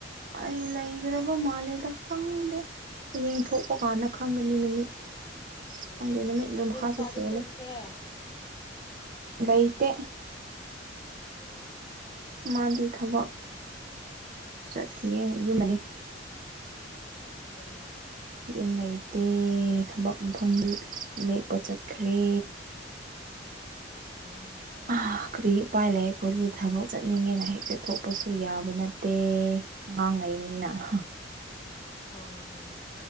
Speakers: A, on the right (about 45°); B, on the left (about 25°).
A: ꯑꯩ ꯂꯩꯒꯥꯗꯕ ꯃꯥꯜꯂꯦꯗ ꯈꯪꯗꯦ ꯍꯌꯦꯡ ꯊꯣꯛꯄ ꯀꯥꯟꯗ ꯈꯪꯒꯅꯤ ꯅꯨꯃꯤꯠ
B: ꯑꯣ
A: ꯈꯪꯗꯦ ꯅꯨꯃꯤꯠꯅ
B: ꯅꯣꯏ
A: ꯃꯈꯥꯁꯨ
B: ꯅꯨꯄꯥꯗꯤ
A: ꯄꯣꯜꯂꯦ
B: <unintelligible>
A: ꯂꯩꯇꯦ
B: ꯑꯣ
A: ꯃꯥꯗꯤ ꯊꯕꯛ ꯆꯠꯈꯤꯑꯦ ꯌꯨꯝ ꯂꯩꯌꯦ
B: ꯑꯣ
A: ꯌꯨꯝ ꯂꯩꯇꯦ ꯊꯕꯛ ꯃꯐꯝꯗ ꯂꯦꯛꯄ ꯆꯠꯈ꯭ꯔꯦ
B: ꯎꯝ
A: ꯑꯥ ꯀꯔꯤ ꯎꯄꯥꯏ ꯂꯩ ꯑꯩꯈꯣꯏꯗꯤ ꯊꯕꯛ ꯆꯠꯅꯤꯡꯉꯦꯅ ꯍꯦꯛꯇ ꯊꯣꯛꯄꯁꯨ ꯌꯥꯕ ꯅꯠꯇꯦ ꯑꯉꯥꯡ ꯂꯩꯕꯅꯤꯅ ꯍ
B: ꯍꯣꯏ ꯍꯣꯏ